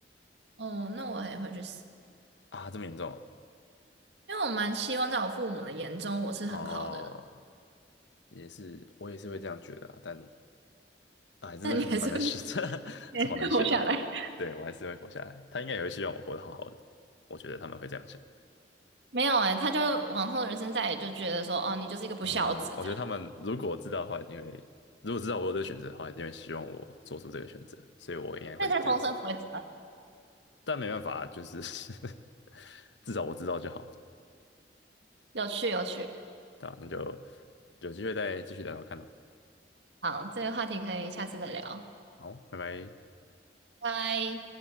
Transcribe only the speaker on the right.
哦，那我也会去死，
因为我蛮希望在我父母的眼中我是很好的人，
<laughs>
但你还是会 <laughs>
还是活下来。
<laughs>
没有哎、他就往后的人生再也就觉得说，哦，你就是一个不孝子这样，
但他终身不会知道
有趣有趣。
好，这个话题可以下次再聊，
拜。